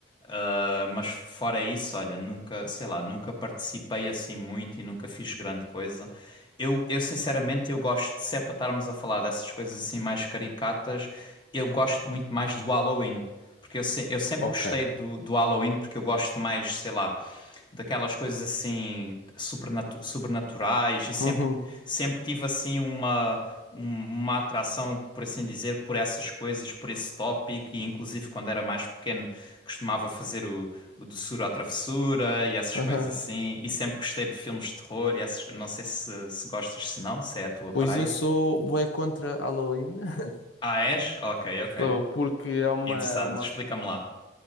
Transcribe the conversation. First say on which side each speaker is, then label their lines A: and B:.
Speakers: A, on the left; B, on the left.
A: Ah, mas fora isso, olha, nunca, sei lá, nunca participei assim muito e nunca fiz grande coisa. Eu, eu sinceramente, eu gosto, se é para estarmos a falar dessas coisas assim mais caricatas, eu gosto muito mais do Halloween. Porque eu, se- eu sempre
B: Ok.
A: gostei do, do Halloween, porque eu gosto mais, sei lá daquelas coisas assim supernatu- sobrenaturais e sempre,
B: Uhum,
A: sempre tive assim uma, um- uma atração, por assim dizer, por essas coisas, por esse tópico e inclusive quando era mais pequeno costumava fazer o, o doçura à travessura e essas
B: aham.
A: coisas assim e sempre gostei de filmes de terror e essas, não sei se, se gostas, se não, se é a tua praia.
B: Pois eu sou bué contra Halloween. <laughs>
A: Ah, és? Ok, ok.
B: Sou, porque é uma,
A: Interessante.
B: uma,
A: Explica-me lá.